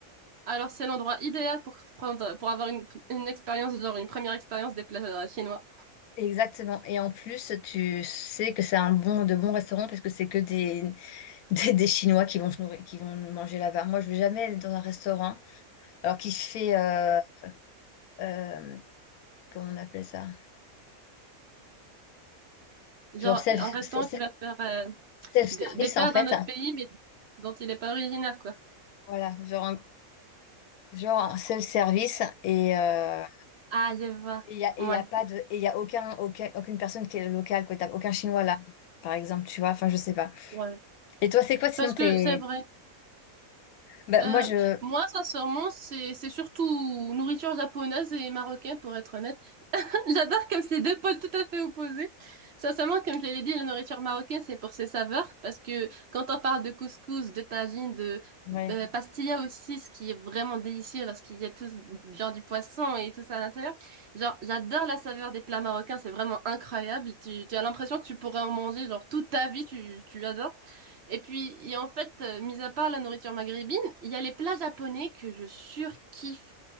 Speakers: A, on the right; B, on the left.
A: Alors, c'est l'endroit idéal pour prendre, pour avoir une, une expérience, genre une première expérience des plats euh, chinois.
B: Exactement et en plus, tu sais que c'est un bon de bons restaurants parce que c'est que des <laughs> des des Chinois qui vont se nourrir qui vont manger là-bas. Moi, je vais jamais aller dans un restaurant alors qui fait, heu, hem, comment on appelle ça?
A: Genre,
B: Genre self
A: un restaurant
B: se
A: qui va faire euh,
B: self-service,
A: des, des plats
B: en fait.
A: d'un autre pays, mais dont il n'est pas originaire, quoi.
B: Voilà, genre un genre un self-service et euh,
A: Ah, je vois.
B: Et il n'y a, et
A: Ouais,
B: y a pas de, et y a aucun, aucun- aucune personne qui est locale, quoi. T'as aucun Chinois là, par exemple, tu vois. Enfin, je sais pas.
A: ouais.
B: Et toi, c'est quoi sinon
A: Parce
B: t'es...
A: que c'est vrai.
B: Bah,
A: Euh,
B: moi, je...
A: moi, sincèrement, c'est, c'est surtout nourriture japonaise et marocaine, pour être honnête. J'adore comme c'est deux pôles tout à fait opposés. Sincèrement, comme je l'ai dit, la nourriture marocaine, c'est pour ses saveurs, parce que quand on parle de couscous, de tagine, de
B: Ouais.
A: euh, pastilla aussi, ce qui est vraiment délicieux lorsqu'il y a tout, genre du poisson et tout ça à l'intérieur, genre j'adore la saveur des plats marocains, c'est vraiment incroyable. Tu, tu as l'impression que tu pourrais en manger genre toute ta vie, tu, tu adores. Et puis, il y a en fait, euh, mis à part la nourriture maghrébine, il y a les plats japonais que je surkiffe.